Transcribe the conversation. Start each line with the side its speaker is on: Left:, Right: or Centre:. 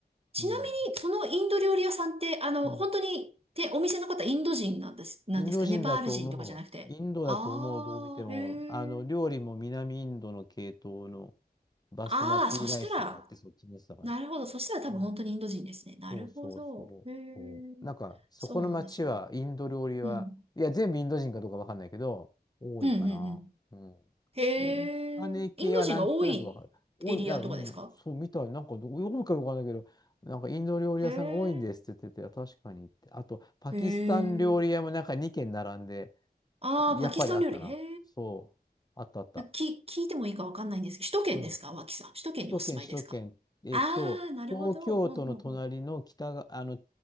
Right: ちなみに、
Left: うん。
Right: そのインド料理屋さんって、あの、
Left: うん
Right: 本当に、で、お店の方、インド人なんです、なんですかネパール人とかじゃなくて。
Left: インド人だと思う。インドだと思う、
Right: ああ、
Left: どう見ても。
Right: へえ。
Left: あの、料理も南インドの系統のバスマティライスがあって、
Right: ああ、そしたら、
Left: そっちのやつだから。
Right: なるほど。そしたら多分本当にインド人ですね。
Left: うん
Right: なるほど。
Left: そうそうそう。
Right: へえ。
Left: そうなんか、そこの町はインド料理は、
Right: そうなんですよ。うん。
Left: いや、全部インド人かどうかわかんないけど、多いかな。
Right: うん、うん、うん。
Left: うん。
Right: へえ。
Left: インパネ系はなんとなくわかる。
Right: インド人が多いエリアとかですか
Left: 多い、いや、うん、そうみたい。なんかど、多いかどこかわかんないけど、なんかインド料理屋さんが多いんですって言ってて、
Right: へえ。
Left: 確かにって。あと、パキスタン料理屋もなんか2軒並んで、
Right: へえ。ああ、
Left: やっぱりあったな。
Right: パキスタン料理。へ
Left: そう。あったあった。
Right: え。き、聞いてもいいかわかんないんですけど、首都圏ですか脇さん。
Left: うん。
Right: 首都圏にお住まいですかああー、
Left: 首都圏、首都圏。えっと、
Right: なるほど。
Left: 東京都の隣の北が、
Right: ほうほうほう。
Left: あの、